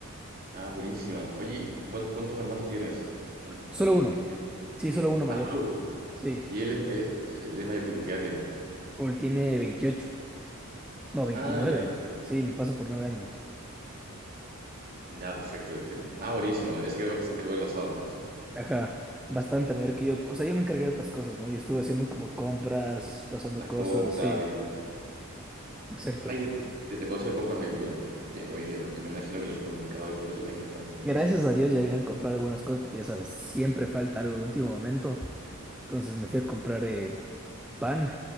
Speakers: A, on the right; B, in the centre.
A: ah, buenísima. Oye, ¿y cu- cuán- cuántos hermanos tienes? ¿Cuán-
B: Solo
A: cuán-
B: uno.
A: de qué?
B: Sí, solo uno
A: Ah,
B: mayor.
A: solo uno.
B: Sí.
A: Y él es, eh, él es mayor que tú, ¿qué edad tiene?
B: O él tiene 28. No, veintinueve.
A: Ah, ya, perfecto.
B: Sí, me pasa por 9 años.
A: Ya, perfecto, te entiendo. Ah, buenísimo. Ese se encargó se encargó del asado entonces.
B: Ajá, bastante mayor que yo. O sea, yo me encargué de otras cosas, ¿no? Yo estuve haciendo como compras, pasando
A: Las
B: cosas,
A: compras
B: sí.
A: y...
B: Exacto.
A: Ay, ¿te, te tocó hacer compras hoy día? Porque hoy día también me imagino que los supermercados y todo eso tienen que estar llenísimo.
B: Gracias a Dios ya habían comprado algunas cosas, pero ya sabes, siempre falta algo de último momento. Entonces me fui a comprar eh, pan